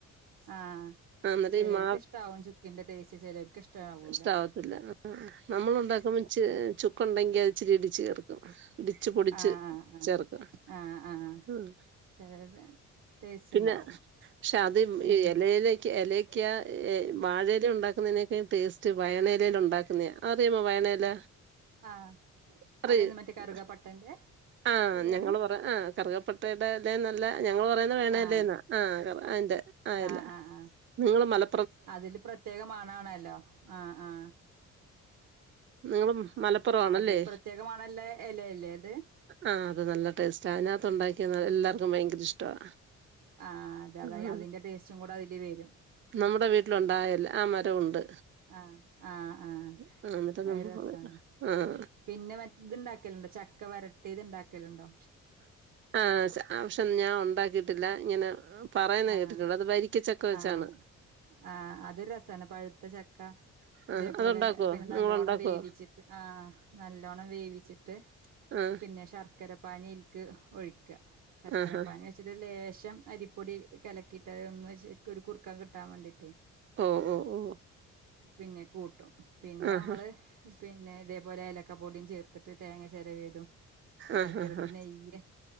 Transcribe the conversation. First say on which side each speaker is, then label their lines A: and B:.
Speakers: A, on the right; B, on the right.
A: ആഹ്
B: ആന്നരി
A: ചെലോർക്ക്
B: മാ
A: ഇഷ്ടാവും ചുക്കിന്റെ ടേസ്റ്റ് ചെലോർക്ക് ഇഷ്ടാവൂല
B: ഇഷ്ടാവത്തില്ല ആ നമ്മളുണ്ടാക്കുമ്പോ ച് ചുക്കുണ്ടെങ്കി അത്‌ ചേ ഇടിച്ച് ചേർക്കും ഇടിച്ച്പൊടിച്ച്
A: ആഹ് ആഹ്
B: ചേർക്കും
A: ആഹ് ആഹ് ആഹ്
B: ഉം
A: ചെലരുടെ ടേസ്റ്റ്
B: പിന്നെ
A: ഇണ്ടാവും
B: ക്ഷെ അത്
A: പിൻ
B: ഇലയിലേക്ക് ഇലക്ക് ക്യാ ഏ വാഴെലെ ഉണ്ടാക്കുന്നയിനേക്കാൾ ടേസ്റ്റ് വയണെലയിൽ ഉണ്ടാക്കുന്നത അതറിയാമോ വയണയില
A: ആഹ്
B: <unintelligible>
A: അതെന്ത് മറ്റേ കറുകപ്പട്ടന്റെ
B: ആ
A: എലേണ്
B: ഞങ്ങള് പറ ആ് കറുകപ്പട്ടടെലെന്നല്ല ഞങ്ങൾ പറയുന്ന വേണല്ലേന്നാ
A: ആഹ്
B: ആ ക അതെ അയല
A: ആഹ് ആഹ് ആഹ്
B: നിങ്ങള് മല
A: അതില് പ്രത്യേക മണാണല്ലോ ആ ആ
B: നിങ്ങളും മലപ്പുറം ആണല്ലേ
A: അതിൽ പ്രത്യേക മണല്ല എലയല്ലേ അത്
B: ആ അത് നല്ല ടേസ്റ്റാ അതിനകത്ത് ഇണ്ടാക്കിയ എല്ലാർക്കും ഭയങ്കര ഇഷ്ടവാ
A: ആ അതെ അതെ
B: ആഹ്.
A: അതിന്റെ ടേസ്റ്റും കൂടെ അതില് വരും
B: നമ്മുടെ വീട്ടിലുണ്ടായ എല ആ മരവുണ്ട്
A: ആഹ് ആഹ് ആഹ്
B: <unintelligible>
A: അത് രസാണ്
B: ആഹ്
A: പിന്നെ മറ്റ ഇത്ണ്ടാ ലുണ്ടോ ചക്ക വരട്ടി ഇത് ഉണ്ടാക്കലുണ്ടോ
B: ആ പക്ഷെ ഞാ ഉണ്ടാക്കിട്ടില്ല ഇങ്ങനെ പറയുന്ന
A: ആഹ
B: കേട്ടിട്ടുണ്ട് അത് വരിക്കച്ചക്ക വെച്ചാണ്
A: ആഹ ആഹഅഹ അത് രസമാണ് പഴുത്ത ചക്ക
B: ആ
A: ഇതേപോലെ
B: അത്ണ്ടാക്കുവോ
A: പിന്നെ
B: നിങ്ങൾ
A: നല്ലോണം
B: ഉണ്ടാക്കുവോ
A: വേവിച്ചിട്ട് ആഹ നല്ലോ നല്ലോണം വേവിച്ച് റ്റ്
B: ആ
A: പിന്നെ ശർക്കര പാനൽക്ക് ഒഴിക്കും ശർക്കര
B: ആ ഹാ
A: പാന വച്ചിട്ട ലേ <unintelligible> പച്ചം അരിപ്പൊടി കലക്കിയിട്ട അത ഒന്ന് വ ശരിക്കും ഒരു കുറുക്ക കിട്ടാൻ വേണ്ടിയിട്ട്
B: ഓ ഓ ഓ
A: പിന്നെ കൂട്ടും പിന്നെ
B: ആ
A: നമ്മള്
B: ഹാ
A: പിന്നെ ഇതേപോലെ ഇലക്ക പൊടിയും ചേർത്തിട്ട് തേങ്ങ ചിര വേതും അയൽക്കറിട്ട്
B: ആ ഹാ ഹാ
A: നെയ്യ